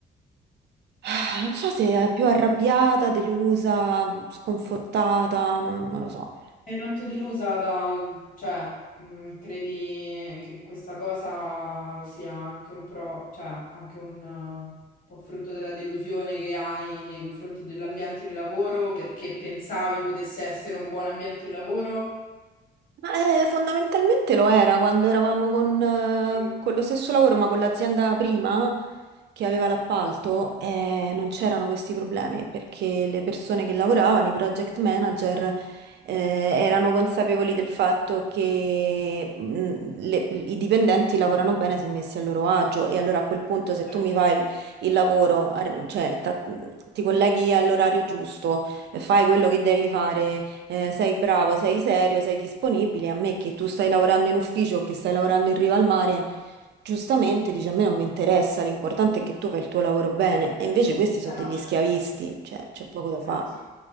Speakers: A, on the right; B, on the left.
A: <sighs> Non so se è più arrabbiata, delusa, sconfortata, non, non lo so.
B: Sei tanto delusa da, cioè, mh, credi che questa cosa sia anche un pro, cioè, anche un eh, po' frutto della delusione che hai nei confronti dell'ambiente di lavoro perché pensavi potesse essere un buon ambiente di lavoro?
A: Ma, eh, fondamentalmente lo era quando eravamo con, eh,
B: Sì.
A: con lo stesso lavoro, ma con l'azienda prima che aveva l'appalto, eh, non c'erano questi problemi perché le persone che lavoravano, i project manager, eh, erano consapevoli del fatto che mh, le- i dipendenti lavorano bene se messi a loro agio e allora a quel punto se
B: Certo.
A: tu mi fai il, il lavoro, ar- cioè ta- ti colleghi all'orario giusto fai quello che devi fare, eh, sei bravo, sei serio, sei disponibile. A me che tu stai lavorando in ufficio o che stai lavorando in riva al mare, giustamente dici a me non mi interessa, l'importante è che tu fai il tuo lavoro bene. E invece questi sono
B: Beh,
A: degli
B: no,
A: schiavisti,
B: certo.
A: cioè c'è poco da fare.
B: Eh, sì.